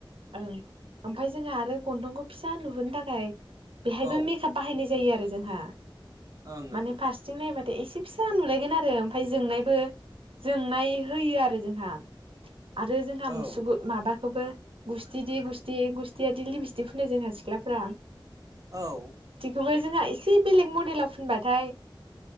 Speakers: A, on the right (about 90°); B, on the right (about 40°).
A: ओं ओमफ्राय जोङा आरो गन्थंखौ फिसा नुहोनो थाखाय बेहायबो
B: औ ओं
A: मिक आप बाहायनाय जायो आरो जोंहा
B: ओं ओं
A: माने
B: औ
A: फारसेथिं नायबा द एसे फिसा नुलायगोन आरो ओमफ्राय जोंनायबो जोंनाय होयो आरो जोंहा आरो जोंहा
B: औ
A: मुसु माबाखौबो गुस्थि द गुस्थि गुस्थियााद लिबिस्थि फोननाय जोंहा सिख्लाफ्रा
B: औ
A: थेवबो जोंहा एसे बेलेग मडेलाव फुनबाथाय